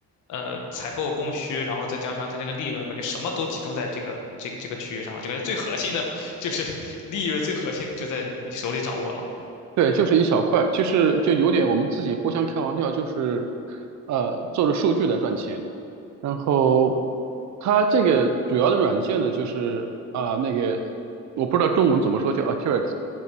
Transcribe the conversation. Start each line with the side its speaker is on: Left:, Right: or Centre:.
Left: 呃采购供需，然后再加上他这个利润，感觉什么都集中在这个这个这个区域上了，就感觉最核心的就是 <laughs> 利润，最核心就在你手里掌握了。
Right: 对，就是一小块，就是就有点我们自己互相开玩笑，就是呃做着数据来赚钱。然后它这个主要的软件呢，就是啊、那个我不知道中文怎么说，叫 Arteryx，